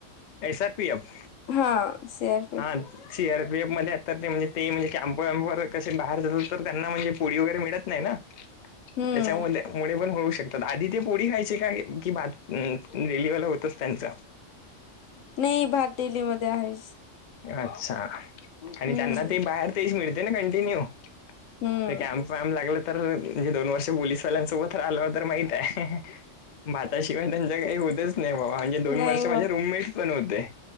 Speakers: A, on the left; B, on the left.
A: एस आर पी अफ
B: हा सर
A: हा सी आर पी एफ मध्ये आता ते म्हणजे ते म्हणजे कॅम्प वॅम्पवर कसे बाहेर जात तर त्यांना म्हणजे पोळी वगैरे मिळत नाही ना
B: हम्म.
A: त्याच्यामुळे मुळे पण होऊ शकत तर आधी ते पोळी खायचे का कि भात रेलीवाला होतच त्यांच
B: नाही भार दिल्लीमध्येध्ये आहेस
A: अच्छा आणि
B: हम्म
A: त्यांना ते बाहेर तेच मिळते ना कंटिन्यू
B: हम्म.
A: ते कॅम्प वॅम्प लागल म्हणे दोन वर्ष पोलीसवाल्यांसोबत आल तर माहित आहे भात किं त्यांच्या काही होतच नाही बाबा म्हणजे दोन
B: नाही
A: वर्ष माझे
B: बघ
A: रूमेट्स पण होते